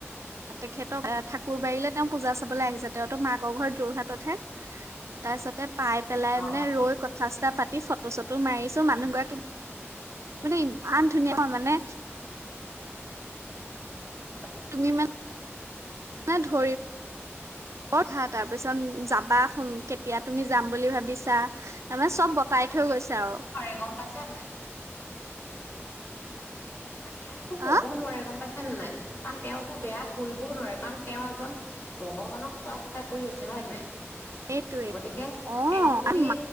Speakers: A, on the right; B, on the left.
A: তেখেতক আহ ঠাকুৰবাৰীলৈ তেওঁ পূজা চাবলৈ আহিছে তেওঁতো মাকৰ ঘৰ যোৰহাটতহে, তাৰছতে পাই পেলাই
B: অ',
A: মানে
B: অ',
A: ৰৈ কথা চথা পাতি ফটো ফটো চটো মাৰিছো মানুহগৰাকী মানে ইমান ধুনীয়া হয় মানে
B: বহুত <inaudible> কৰা
A: তুমি মা নে <unintelligible> কথা এটা তাৰ পিছত জা <unintelligible> কেতিয়া তুমি যাম বুলি ভাবিছা, তাৰমানে চব বতাই
B: তেওঁতো
A: থৈ গৈছে
B: একো ক'বও
A: আও।
B: নোৱাৰে গম পাইছা নে তেওঁ একো ক'বও
A: অ
B: নোৱাৰে গম পাই <unintelligible> নাই, কাৰণ তেওঁ একো বেয়া কৰিবও নোৱাৰে কাৰণ তেওঁ এজন ভগৱানক চোৱা চিতা কৰি আছে হয়নে নাই?
A: সেইটোৱে
B: গতিকে
A: অ
B: তেওঁ যদি
A: আৰু